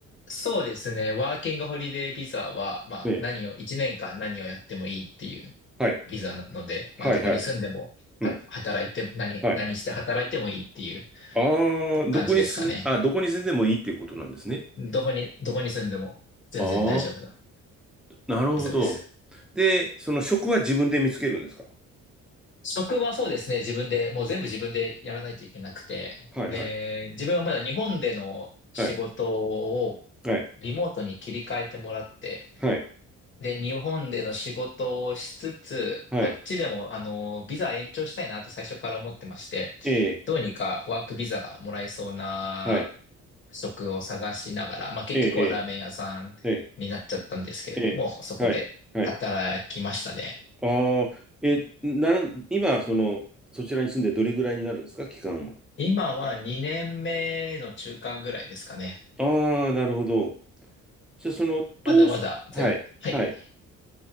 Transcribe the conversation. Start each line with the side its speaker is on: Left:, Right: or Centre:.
Left: そうですね。ワーキングホリデービザは、まあ何を、
Centre: ね。
Left: 1年間何をやってもいいっていう
Centre: はい。
Left: ビザなので、まあどこに住んでも、
Centre: はい。はい。
Left: は、
Centre: うん
Left: 働いて、何、
Centre: はい。
Left: 何して働いてもいいっていう
Centre: ああ、
Left: 感じですかね。
Centre: どこに住ん、あ、どこに住んでもいいっていうことなんですね。
Left: どこに、どこに住んでも全然大丈夫な
Centre: ああ、なるほど。
Left: ビザです。
Centre: で、その職は自分で見つけるんですか
Left: 職はそうですね。自分で、もう全部自分でやらないといけなくて。
Centre: はいはい。
Left: で、自分はまだ日本での仕事を
Centre: はい。はい。
Left: リモートに切り替えてもらって、
Centre: はい。
Left: で、日本での仕事をしつつ、
Centre: はい。
Left: こっちでも、あの、ビザ延長したいなって最初から思ってまして、
Centre: ええ。
Left: どうにかワークビザがもらえそうな
Centre: はい。
Left: 職を探しながら、まあ、結局はラーメン屋さんになっちゃったんですけれども、
Centre: ええ。ええ。ええ。
Left: そこで働きましたね。
Centre: はい。はい。ああ、え、なん、今、その、そちらに住んでどれぐらいになるんですか期間は。
Left: 今は2年目の中間ぐらいですかね。
Centre: ああ、なるほど。じゃあ、その、当初、
Left: まだまだ全、
Centre: はい。
Left: はい。
Centre: はい。